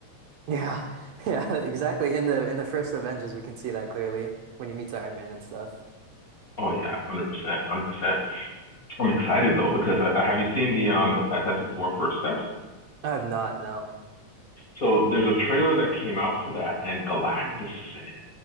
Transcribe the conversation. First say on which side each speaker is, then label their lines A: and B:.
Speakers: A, on the right; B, on the left.
A: Yeah. <laughs> Yeah, exactly. In the in the first Avengers, we can see that clearly when he meets Iron Man and stuff.
B: Oh yeah, 100%, 100%. I'm excited though because I, I- have you seen the um the Fantastic Four First Steps?
A: I have not, no.
B: So there's a trailer that came out for that, and Galactus
A: Hmm.
B: is in it.